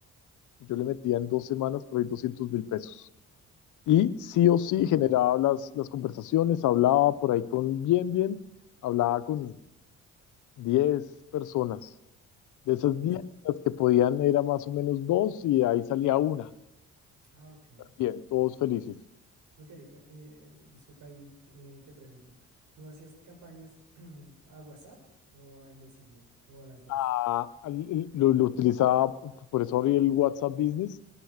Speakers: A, on the left; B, on the right.
A: yo le metía en dos semanas por ahí doscientos mil pesos. Y sí o sí
B: Ujú.
A: generaba las, las conversaciones, hablaba por ahí con bien, bien, hablaba con 10 personas. De esas
B: Discul-
A: 10 las que podían era más o menos dos y ahí salía una.
B: Ah, ok.
A: Bien, todos felices.
B: Ok, ve- eh, eh, disculpa ahí, eh, te pregunto, ¿tú hacías campañas <clears throat> a WhatsApp o al Messenger o a las dos?
A: Ah, l- lo, lo utilizaba, por eso abrí el WhatsApp Business,